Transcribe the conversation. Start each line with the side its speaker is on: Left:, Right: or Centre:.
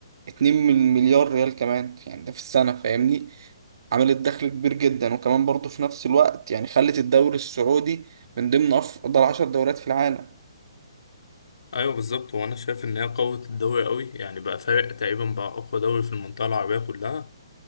Right: اتنين من مليار ريال كمان يعني ده في السنة فاهمني عملت دخل كبير جدا وكمان برضه في نفس الوقت يعني خلت الدوري السعودي من ضمن أفضل عشر دوريات في العالم
Left: ايوه بالظبط وانا شايف ان هي قوت الدوري قوي يعني بقى فارق تقريبا بقى اقوى دوري في المنطقة العربية كلها